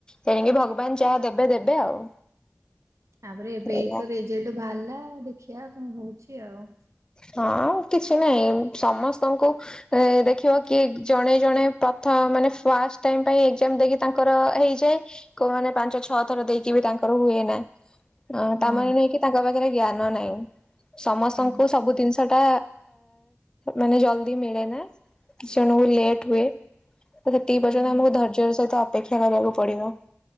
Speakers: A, on the left (about 15°); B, on the right (about 80°).
A: ତେଣିକି ବାନ ଜାହା ଦେବେ ଦେବେ ଆଉ
B: ତାପରେ ଏବେ ଏଇତ
A: ଏଇଆ
B: ରେଜଲ୍ଟ ଭାଲା ଦେଖିବା କଣ ହଉଛି ଆଉ
A: ହଁ କିଛି ନହିଁ ସମସ୍ତଙ୍କୁ ଏ ଦେଖିବ କି ଜଣେ ଜଣେ ପ୍ରଥମ ମାନେ ଫାଷ୍ଟ ଟାଇମ ପାଇଁ ଏକ୍ସଜାମ ଦେଇକି ତାଙ୍କର ହେଇଯାଏ। କୋଉ ମାନେ ପାଞ୍ଚ ଛଅ ଥର ଦେଇକି ବି ତାଙ୍କର ହୁଏ ନା। ହ
B: ହଁ
A: ତାମାନୋନେ ନୁହେଁ କି ତାଙ୍କ ପାଖରେ ଜ୍ଞାନ ନାହିଁ ସମସ୍ତଙ୍କୁ
B: ହୁଁ
A: ସବୁ ଜିନିଷ ଟା ମାନେ ଜଲଦି ମିଳେ ନା। କିଛି ଜଣଙ୍କୁ ଲେଟ୍ ହୁଏ। ସେତିକି ପର୍ଯ୍ୟନ୍ତ
B: ହୁଁ
A: ଆମକୁ ଧୈର୍ଯ୍ୟ ର ସହିତ ଅପେକ୍ଷା କରିବାକୁ ପଡିବ।